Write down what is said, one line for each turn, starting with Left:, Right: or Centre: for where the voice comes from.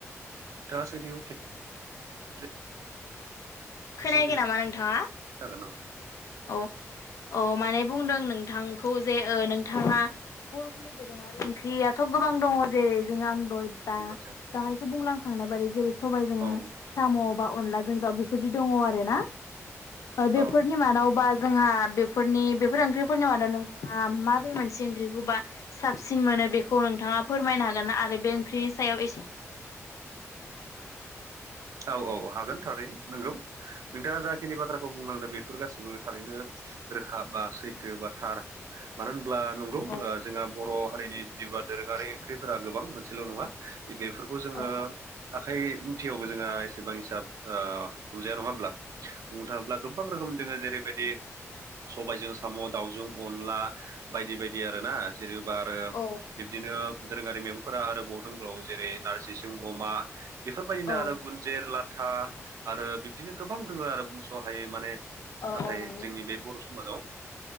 Right: आं सोंथिखौ खेबसे
Left: खोनायाखै
Right: सोंफिननो
Left: नामा नोंथाङा?
Right: हागोन नामा
Left: औ औ माने बुंदों नोंथांखौ जे नोंथाङा। बर'फोरनि दोरोङारि ओंख्रियाथ' गोबां दङ जेरै जोङा दा
Right: औ आदसा
Left: दाहायसो बुंलांखांनाय बायदि जेरै सबायजों
Right: औ
Left: साम' बा अनलाजों दाउ बे। फोर दङ आरोना बेफोरनि
Right: औ
Left: मादाव बा जोंहा बेफोरनि बेफोर ओंख्रिफोरनि मादाव नोंथाङा माबे मोनसे ओंख्रिखौबा साबसिन मोन नो बेखौ नोंथाङा फोरमायनो हागोन ना आरो बे ओंख्रिनि सायाव एसे।
Right: <inaudible> औ औ औ हागोन थारैनो नोंगौ नोंथाङा जाखिनि बाथ्राखौ बुंलांदों बेफोर गासिबो थारैनो रोखा बा सैथो बा थार मानो होनो ब्ला नंगौ
Left: औ
Right: जोंहा बर' हारिनि जिउआ दोरोङारि ओंख्रिफोरा गोबां मोनसेल' नङा। बेफोरखौ जोङो
Left: औ
Right: आखाइ मुथियाव जोंहा एसेबां ओ हिसाब हमजाया नङा होमब्ला बुंनो थाङोब्ला गोबां रोखोम जोङो जेरै बायदि सबायजों साम' दाउजों अनला बायदि बायदि आरोना। जेनेबा आरो
Left: औ
Right: बिब्दिनो दोरोङारि मैगंफोरा आरोबाव दंबाव जेरै नारजि अमा बेफोरबायदिनो
Left: औ
Right: आरो गुनजेर लाथा आरो बिब्दिनो गोबां दङ आरो बुंस'हायै माने
Left: औ
Right: नाथाय
Left: औ नंगौ
Right: जोंनि बे बर' समाजाव